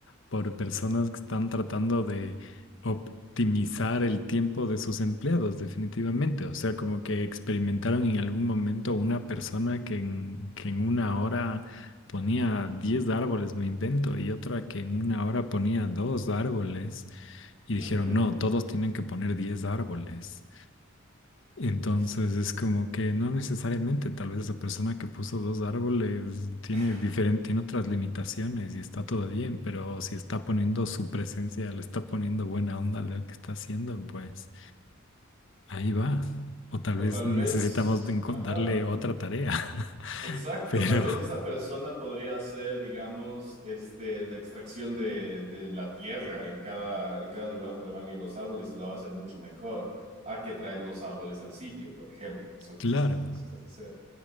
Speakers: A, on the left; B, on the right.
A: por personas que están tratando de optimizar el tiempo de sus empleados, definitivamente. O sea, como que experimentaron en algún momento una persona que en, que en una hora ponía 10 árboles, me invento, y otra que en una hora ponía dos árboles. Y dijeron,
B: Ujú, ujú.
A: no, todos tienen que poner 10 árboles. Entonces
B: Es-
A: es como que no necesariamente, tal vez esa persona que puso dos árboles tiene
B: <laughs>
A: diferente, tiene otras limitaciones y está todo bien, pero si está poniendo su presencia, le está poniendo buena onda a lo que está haciendo, pues ahí va. O tal
B: O
A: vez
B: tal
A: necesitamos
B: vez,
A: de encon-
B: ajá.
A: darle otra tarea. <laughs>
B: Exacto,
A: Pero,
B: tal vez esta persona podría hacer, digamos, este, la extracción de, de la tierra en cada, en cada lugar donde van a ir los árboles y lo va a hacer mucho mejor a que traer los árboles al sitio, por ejemplo, que son
A: claro.
B: cosas que necesitas hacer.